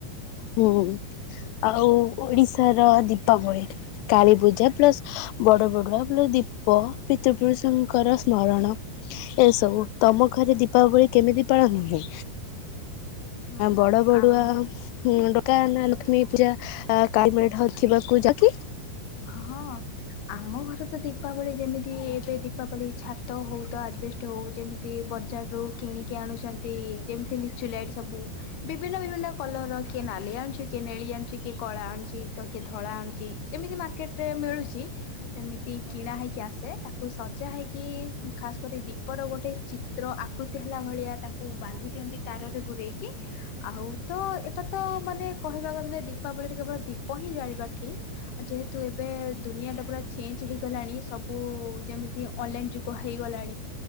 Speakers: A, on the left (about 80°); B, on the left (about 70°).
A: ହୁଁ, ଆଉ ଓଡିଶା ତର <unintelligible> ଦୀପାବଳି, କାଳୀପୂଜା ପ୍ଲସ ବଡ଼ ବଡ଼ୁଆ ପ୍ଲ ଦୀପ ପିତୃପରୁଷ ପୁରୁଷଙ୍କର ସ୍ମରଣ ଏସବୁ, ତମ ଘରେ ଦୀପାବଳି କେମିତି ପାଳନ ହୁଏ?
B: ହଁ
A: ବଡ ବଡୁଆ
B: ଆମ
A: ଡକା, ନା ଲକ୍ଷ୍ମୀ ପୂଜା <unintelligible> କା ଥିବା ପୂଜା କି?
B: ହଁ ଆମ ଘରେ ତ ଦୀପାବଳି, ଯେମିତି ଏବେ ଦୀପାବଳି ଛାତ ହଉ ତ ଆଜବେଷ୍ଟ ହଉ ଯେମିତି ବଜାର ରୁ କିଣିକି ଆଣୁଛନ୍ତି, ଯେମିତି ଲିଚୁଲାଇଟ ସବୁ ବିଭିନ୍ନ ବିଭିନ୍ନ କଲର ର କିଏ ନାଲି ଆଣୁଛି, କିଏ ନେଳି ଆଣୁଛି, କିଏ କଳା ଆଣୁଛି ତ କିଏ ଧଳା ଆଣୁଛି ଯେମିତି ମାର୍କେଟରେ ମିଳୁଛି, ଯେମିତି କିଣା ହେଇକି ଆସେ ତାକୁ ସଜା ହୋଇକି ଖାସ୍ କରି ଦୀପର ଗୋଟେ ଚିତ୍ର ଆକୃତି ହେଲା ଭଳିଆ ତାକୁ ବାନ୍ଧି ଦିଅନ୍ତି ତାରରେ ଘୂରେଇକି ଆଉ ତ ଏଇଟା ତ ମାନେ କହିବା ଗଲେ ଦୀପାବଳିରେ କେବଳ ଦୀପ ହିଁ ଜାଳିବା ଠିକ୍ ଯେହେତୁ ଏବେ ଦୁନିଆଟା ପୁରା ଚେଞ୍ଜ୍ ହେଇଗଲାଣି ସବୁ ଯେମିତି ଅନଲାଇନ୍ ଯୁଗ ହୋଇଗଲାଣି